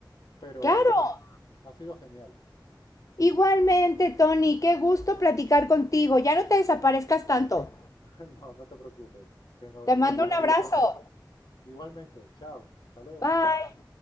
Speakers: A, on the left; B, on the left.
A: pero
B: Claro.
A: ha sido genial.
B: Igualmente, Tony, qué gusto platicar contigo. Ya no te desaparezcas tanto.
A: <laughs> No, no te preocupes, que no-
B: Te
A: nos
B: mando
A: volveremos
B: un abrazo.
A: a ver pronto. Igualmente, chao, hasta luego.
B: Bye.